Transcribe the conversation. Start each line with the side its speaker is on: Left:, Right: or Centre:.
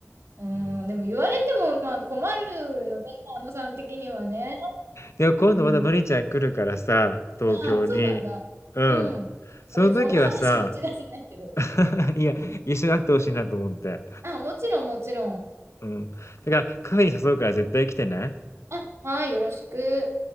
Right: うん、
Left: う。うん。
Right: でも言われてもまあ困るよね、あのさん的にはね。
Left: でも今度またのりちゃん来るからさ、
Right: うん、
Left: 東京に。
Right: まあ、そうなんだ。
Left: うん。
Right: うん。
Left: その時はさ、
Right: でもそんな話持ち出せないけど。
Left: <laughs> いや、一緒に会ってほしいなと思って。
Right: あ、もちろん、もちろん。
Left: うん。だから、カフェに誘うから絶対来てね。
Right: あ、はい、よろしく。